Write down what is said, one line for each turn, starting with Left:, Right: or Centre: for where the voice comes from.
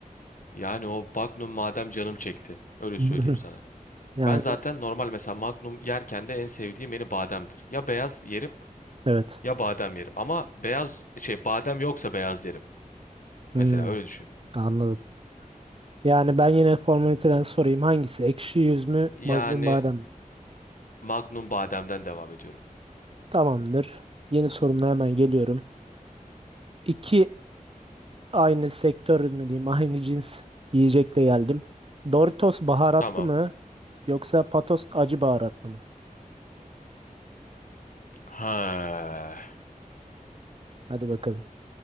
Left: Yani o Magnum madem canım çekti. Öyle
Right: <laughs>
Left: söyleyeyim sana.
Right: Yani
Left: Ben zaten normal mesela Magnum yerken de en sevdiğim beni bademdir. Ya beyaz yerim
Right: evet.
Left: ya badem yerim. Ama beyaz şey badem yoksa beyaz yerim.
Right: Hmm,
Left: Mesela öyle düşün.
Right: anladım. Yani ben yine formaliteden sorayım. Hangisi? Ekşi yüz mü?
Left: Yani
Right: Magnum badem mi?
Left: Magnum bademden devam ediyorum.
Right: Tamamdır. Yeni sorumla hemen geliyorum. İki aynı sektör mü diyeyim, aynı cins yiyecekle geldim. Doritos baharatlı
Left: Tamam.
Right: mı yoksa Patos acı baharatlı mı?
Left: Ha.
Right: Hadi bakalım.